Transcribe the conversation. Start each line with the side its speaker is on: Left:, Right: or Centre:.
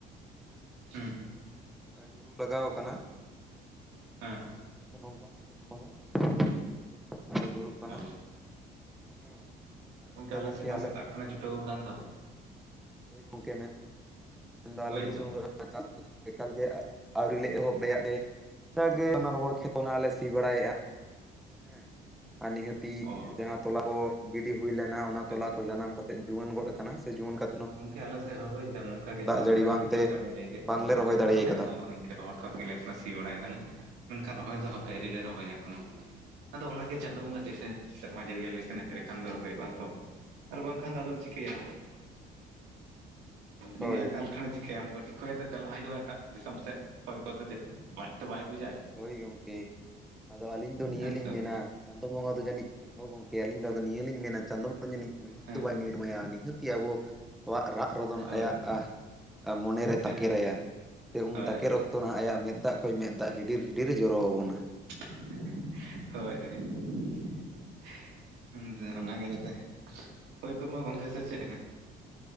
Right: ᱦᱩᱸ ᱦᱩᱸ
Centre: ᱧᱩᱨᱩ ᱞᱟᱜᱟᱣ ᱠᱟᱱᱟ ᱾
Right: ᱦᱮᱸ
Centre: ᱱᱚᱝᱠᱟ ᱚᱱᱠᱟ ᱢᱟᱪᱷᱟ ᱫᱚ ᱵᱟᱝᱟ <unintelligible> ᱧᱩᱨᱩᱜ, ᱠᱟᱱᱟ
Right: ᱚᱻ
Centre: ᱦᱮᱸ ᱟᱨ
Right: ᱜᱚᱢᱠᱮ
Centre: ᱢᱮᱱᱫᱚ
Right: ᱟᱞᱮ
Centre: ᱜᱚᱝᱠᱮ
Right: ᱥᱮᱫ ᱢᱟ ᱥᱮᱛᱟᱜ ᱠᱷᱚᱱᱮ ᱪᱷᱩᱴᱟᱹᱣ ᱟᱠᱟᱱ ᱫᱚ᱾
Centre: ᱦᱳᱹᱭ ᱜᱚᱝᱠᱮ ᱢᱮᱱ ᱫᱟ
Right: ᱵᱩᱡ
Centre: ᱟᱞᱮ ᱫᱤᱥᱚᱢ
Right: ᱫᱟᱢ
Centre: ᱨᱮ ᱪᱟᱸ ᱮᱠᱟᱞ ᱜᱮ ᱟᱹᱣᱨᱤ ᱞᱮ ᱮᱦᱚᱵ ᱫᱟᱲᱮᱭᱟᱜ ᱮ, ᱡᱟᱠᱟᱜᱮ ᱚᱱᱟ ᱨᱚᱦᱚᱲ ᱠᱷᱮᱛᱚ ᱚᱱᱟᱜ ᱞᱮ ᱥᱤ ᱵᱟᱲᱟᱭᱮᱜᱼᱟ ᱾ ᱦᱮᱸ ᱟᱨ ᱱᱤᱦᱟᱹᱛᱤ
Right: ᱚ
Centre: ᱡᱟᱦᱟᱸ ᱛᱚᱞᱟ ᱠᱚ ᱜᱤᱰᱤ ᱦᱩᱭ ᱞᱮᱱᱟ ᱚᱱᱟ ᱛᱚᱞᱟ
Right: ᱟᱪᱪᱷᱟ
Centre: ᱠᱚ
Right: ᱟᱪᱪᱷᱟ
Centre: ᱡᱟᱱᱟᱢ ᱠᱟ ᱛᱮᱜ ᱡᱩᱣᱟᱹᱱ ᱜᱚᱫ ᱟᱠᱟᱱᱟ ᱥᱮ ᱡᱩᱣᱟᱹᱱ ᱠᱟ
Right: ᱜᱚᱝᱠᱮ ᱟᱞᱮ ᱥᱮᱫ ᱦᱚᱸ ᱵᱩᱡᱫᱟ ᱱᱚᱝᱠᱟ ᱜᱮ ᱪᱟᱞᱟᱜ
Centre: ᱡᱟᱹᱲᱤ
Right: ᱠᱟᱱᱟᱵᱤᱱ
Centre: ᱵᱟᱝᱛᱮ
Right: ᱪᱮᱫ ᱞᱮᱠᱟ ᱵᱤᱱ ᱞᱟᱹᱭ ᱠᱮᱫ
Centre: ᱵᱟᱝᱞᱮ
Right: ᱫᱚ ᱚᱱᱠᱟᱜᱮ
Centre: ᱨᱚᱦᱚᱭ ᱫᱟᱲᱮ
Right: ᱟᱞᱮ
Centre: ᱠᱟᱫᱟ
Right: ᱦᱚᱸ ᱱᱤᱝ ᱨᱚᱦᱚᱲ ᱜᱮᱫᱞᱮ ᱥᱤ ᱵᱟᱲᱟᱭ ᱫᱟᱞᱮ ᱢᱮᱱᱠᱷᱟᱱ ᱨᱚᱦᱚᱭ ᱫᱚ ᱦᱟᱯᱮ ᱟᱹᱨᱤᱞᱮ ᱨᱚᱦᱚᱭᱟ ᱮᱠᱷᱚᱱᱳ ᱾ ᱟᱫᱚ ᱚᱱᱟᱜᱮ ᱪᱟᱸᱫᱳ ᱵᱚᱸᱜᱟ ᱛᱤᱥᱮ ᱥᱮᱨᱢᱟ ᱡᱟᱹᱲᱤᱭᱟᱹᱞᱮ ᱠᱟᱱᱟᱭ ᱮᱨᱮᱠᱷᱟᱱ ᱫᱚ ᱦᱳᱭᱳᱜᱼᱟᱛᱚ, ᱟᱨ ᱵᱟᱝᱠᱷᱟᱱ ᱫᱚ ᱟᱫᱚᱢ ᱪᱤᱠᱟᱹᱭᱟ,
Centre: ᱦᱳᱭ
Right: ᱡᱩᱫᱤ ᱟᱠᱟᱞ ᱠᱷᱟᱱᱮ ᱪᱤᱠᱟᱭᱟᱢ ᱵᱟᱹᱴᱤ ᱠᱷᱚᱭᱟᱛᱮᱜ ᱪᱟᱞᱟᱜ ᱦᱳᱭᱳᱜᱼᱟ ᱮᱴᱟᱜ ᱫᱤᱥᱚᱢ ᱥᱮᱜ, ᱠᱷᱚᱭ ᱠᱚ ᱥᱮ ᱪᱮᱜ ᱞᱟᱡᱽ ᱛᱚ ᱵᱟᱭ ᱵᱩᱡᱟᱭ?
Centre: ᱦᱳᱭ ᱜᱚᱝᱠᱮ ᱟᱫᱚ ᱟᱹᱞᱤᱧ ᱫᱚ ᱱᱤᱭᱟᱹ
Right: ᱦᱮᱸ
Centre: ᱞᱤᱧ
Right: ᱥᱮ
Centre: ᱢᱮᱱᱟ,
Right: ᱵᱟᱝ?
Centre: ᱪᱟᱸᱫᱳ ᱵᱚᱸᱜᱟ ᱫᱚ ᱡᱟᱹᱱᱤᱡ ᱦᱚᱲ ᱜᱚᱝᱠᱮ ᱟᱹᱞᱤᱧ ᱫᱚ ᱱᱤᱭᱟᱹ ᱞᱤᱧ ᱢᱮᱱᱟ ᱪᱟᱸᱫᱚᱵᱚᱸᱜᱟ ᱡᱟᱹᱱᱤᱡ ᱱᱟᱹᱜ
Right: ᱦᱮᱸ
Centre: ᱫᱚ ᱵᱟᱭ ᱱᱤᱨ ᱢᱟᱭᱟᱼᱟ ᱱᱤᱦᱟᱹᱛᱤ ᱟᱵᱚᱣᱟᱜ ᱨᱟᱜ ᱨᱚᱫᱳᱱ
Right: ᱦᱳᱭ
Centre: ᱟᱭᱟᱜ
Right: ᱦᱳᱭ
Centre: ᱢᱚᱱᱮᱨᱮ ᱛᱟᱠᱮᱨ
Right: ᱦᱳᱭ
Centre: ᱟᱭᱟ ᱥᱮ ᱩᱱ
Right: ᱦᱳᱭ
Centre: ᱛᱟᱠᱮᱨ
Right: ᱦᱮᱸ
Centre: ᱚᱠᱛᱚ ᱱᱟᱦᱟᱜ ᱟᱭᱟᱜ ᱢᱮᱫ ᱫᱟᱜ, ᱠᱷᱚᱡ ᱢᱮᱫ ᱫᱟᱜ ᱦᱤᱰᱤᱨ ᱦᱤᱰᱤᱨᱮ ᱡᱚᱨᱚ ᱟᱵᱚᱱᱟ ᱾
Right: <unintelligible> ᱦᱳᱹᱭ ᱦᱳᱹᱭ ᱾ ᱦᱮᱸ ᱥᱮ ᱚᱱᱟᱜᱮ ᱡᱟᱛᱮ ᱦᱩᱭ ᱠᱚᱜ ᱢᱟ ᱜᱚᱝᱠᱮ ᱥᱮ ᱪᱮᱫ ᱦᱚ᱾